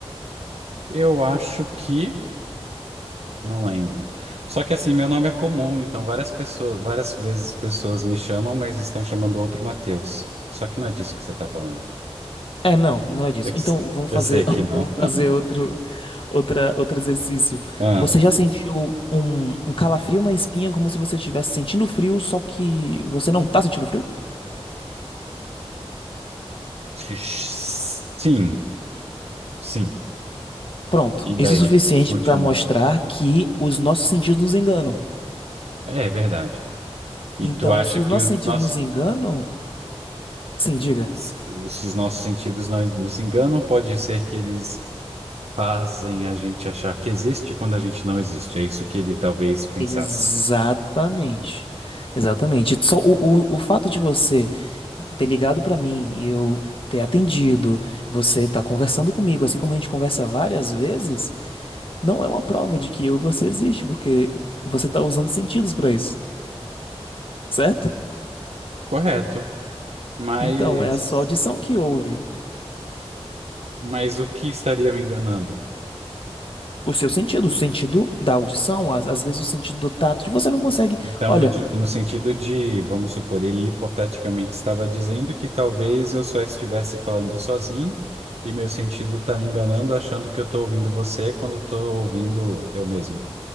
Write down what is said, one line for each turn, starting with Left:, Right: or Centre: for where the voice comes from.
Right: Eu acho que. Não lembro. Só que assim, meu nome é comum, então várias pessoas, várias vezes pessoas me chamam, mas estão chamando outro Matheus. Só que não é disso que você tá falando.
Left: É, não, não
Right: <laughs>
Left: é disso.
Right: Eu
Left: Então,
Right: sei,
Left: vamos
Right: eu
Left: fazer,
Right: sei que
Left: <laughs>
Right: não.
Left: vamos fazer
Right: <laughs>
Left: outro, Outra, outro exercício.
Right: Ah,
Left: Você já sentiu um, um calafrio na espinha como se você estivesse sentindo frio, só que você não tá sentindo frio?
Right: sim, sim.
Left: Pronto.
Right: E
Left: Isso
Right: daí?
Left: é suficiente
Right: Continue.
Left: para mostrar que os nossos sentidos nos enganam.
Right: É, é verdade. E
Left: Então,
Right: tu acha
Left: se
Right: que
Left: os nossos
Right: os.
Left: sentidos
Right: Nossa.
Left: nos enganam, sim, diga.
Right: s- Esses nossos sentidos não nos enganam, pode ser que eles fazem a gente achar que existe quando a gente não existe. É isso que ele talvez pensasse.
Left: Exatamente. Exatamente. Só o, o, o fato de você ter ligado pra mim e eu ter atendido, você tá conversando comigo, assim como a gente conversa várias vezes. não é uma prova de que eu e você existe, porque você está usando sentidos para isso, certo?
Right: Correto, mas
Left: Então, é a sua audição que ouve
Right: mas o que estaria me enganando?
Left: o seu sentido, o sentido da audição, às, às vezes o sentido do tato, que você não consegue.
Right: Então,
Left: Olha,
Right: no, tipo, no sentido de, vamos supor, ele hipoteticamente estava dizendo que talvez eu só estivesse falando sozinho e meu sentido está me enganando, achando que eu estou ouvindo você quando estou ouvindo eu mesmo.